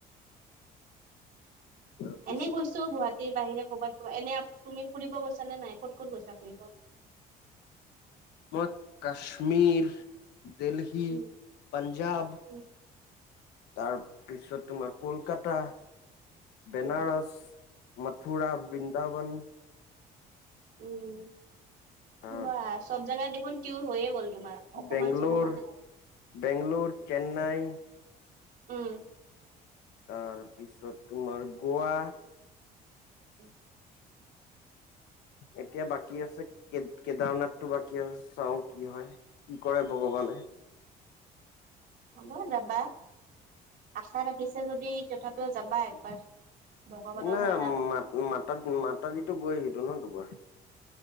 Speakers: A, on the left; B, on the right.
A: তাৰপিছ
B: এনে গৈছো গুৱাহাটীৰ বাহিৰে কবাত এনে তুমি ফুৰিব গৈছা? ছ নে নাই ক'ত ক'ত গৈছা ফুৰিব?
A: মই কাশ্মীৰ দেলহী
B: উম
A: পাঞ্জাৱ
B: উম
A: তাৰপিছত তোমাৰ কলকাতা বেনাৰস,
B: উম উম
A: মথুৰা বৃন্দাবন
B: উম
A: তাৰ
B: বা সব জাগা দেখোন হৈয়ে গল। তোমাৰ অকমান
A: বেংগলৰ
B: চকমানে
A: বেংগলৰ, চেন্নাই
B: উম
A: তাৰপিছত তোমাৰ গৌৱা
B: - <inaudible>
A: এতিয়া বাকী আছে কেদাৰনাথ তো বাকি চাও কি হয় কি কৰে ভগৱানে
B: হ'ব যাবা আশা ৰাখিছে যদি তথাপিও যাবা একবাৰ। ভগৱানৰ
A: নাই
B: হয় না
A: মাত মাতা মাতাজীটো গৈ আহো ন দুবাৰ।